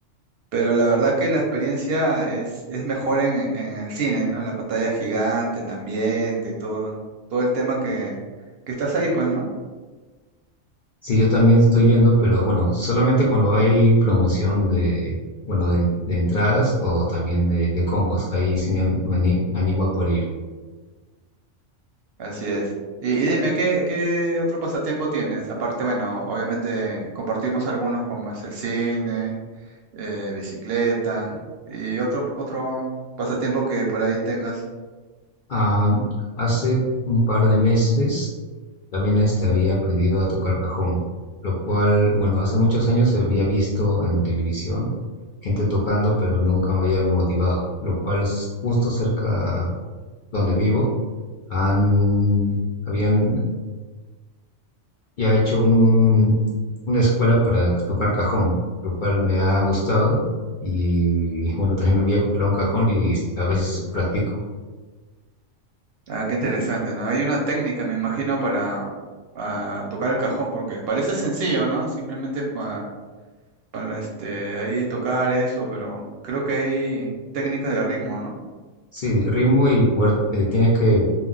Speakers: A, on the right (about 60°); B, on the left (about 60°).
A: Pero la verdad que la experiencia es, es mejor en, en el cine, ¿no? En la pantalla gigante, en el ambiente y todo, todo el tema que, que estás ahí, pues, ¿no?
B: Sí, yo también estoy yendo, pero bueno, solamente cuando hay promoción de, bueno, de, de entradas o también de, de combos, ahí sí me, ani- me animo a poder ir.
A: Así es. Y, y dime, ¿qué, qué otro pasatiempo tienes? Aparte, bueno, obviamente compartimos algunos como es el cine, eh, bicicleta y otro, otro pasatiempo que por ahí tengas.
B: Ah, hace un par de meses También este había aprendido a tocar cajón, lo cual, bueno, hace muchos años había visto en televisión gente tocando, pero nunca me había motivado, lo cual es justo cerca donde vivo, han, habían ya hecho un, una escuela para tocar cajón, lo cual me ha gustado y bueno, también me había comprado un cajón y a veces practico.
A: Ah, qué interesante, ¿no? Hay una técnica, me imagino, para, para tocar el cajón, porque parece sencillo, ¿no? Simplemente para, para este, ahí tocar eso, pero creo que hay técnicas de ritmo, ¿no?
B: Sí, ritmo y poder, eh, tienes que